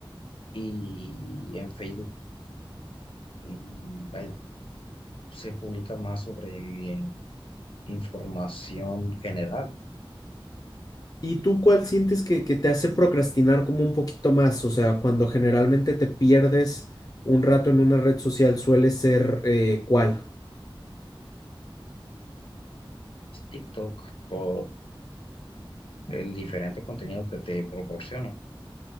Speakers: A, on the left; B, on the left.
A: y en Facebook mm, hay- se publica más sobre información general,
B: ¿Y tú cuál sientes que, que te hace procrastinar como un poquito más? O sea, cuando generalmente te pierdes un rato en una red social, suele ser eh, ¿cuál?
A: TikTok, por el diferente contenido que te proporciona.